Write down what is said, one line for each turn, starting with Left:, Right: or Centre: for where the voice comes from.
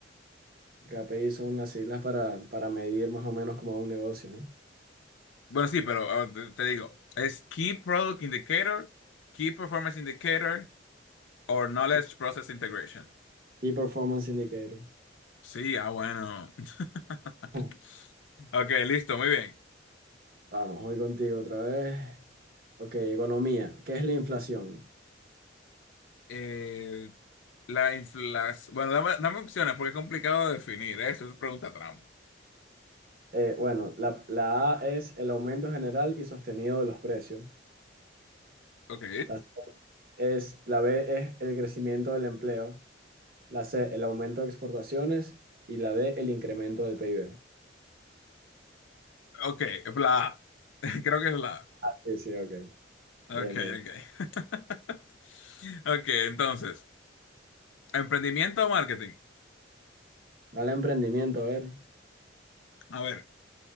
Right: KPI son las siglas para, para medir más o menos como un negocio, ¿no?
Left: Bueno, sí, pero ah, te, te digo, es Key Product Indicator, Key Performance Indicator or Knowledge
Right: Key
Left: Process Integration.
Right: Key Performance Indicator.
Left: Sí, ah, bueno. <laughs>
Right: <laughs>
Left: Ok, listo, muy bien.
Right: Vamos, voy contigo otra vez. Ok, economía. ¿Qué es la inflación?
Left: Eh, la inflación. Bueno, dame, dame opciones porque es complicado de definir, ¿eh? Eso es pregunta trampa.
Right: Eh, bueno, la, la A es el aumento general y sostenido de los precios.
Left: Ok,
Right: La, C es, la B es el crecimiento del empleo. La C, el aumento de exportaciones. Y la D, el incremento del PIB.
Left: ok, la A. <laughs> Creo que es la
Right: Sí, sí, ok.
Left: A.
Right: Bien,
Left: Ok, ok.
Right: bien.
Left: <laughs> Ok, entonces, emprendimiento o marketing.
Right: Dale a emprendimiento, a ver.
Left: A ver,